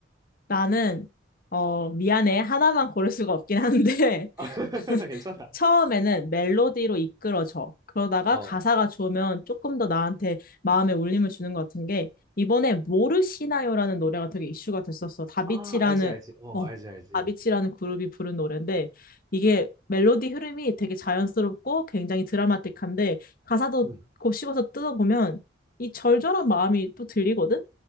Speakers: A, on the left; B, on the right.
A: 나는, 어, 미안해. 하나만 고를 수가 없긴 한데, <laughs>
B: <laughs> 괜찮아.
A: 처음에는 멜로디로 이끌어져. 그러다가
B: 어.
A: 가사가 좋으면 조금 더 나한테 마음에 울림을 주는 것 같은 게 이번에 모르시나요라는 노래가 되게 이슈가 됐었어. 다비치라는
B: 아, 알지, 알지. 어,
A: 어
B: 알지, 알지.
A: 다비치라는 그룹이 부른 노래인데 이게 멜로디 흐름이 되게 자연스럽고 굉장히 드라마틱한데 가사도
B: 음.
A: 곱씹어서 뜯어보면 이 절절한 마음이 또 들리거든.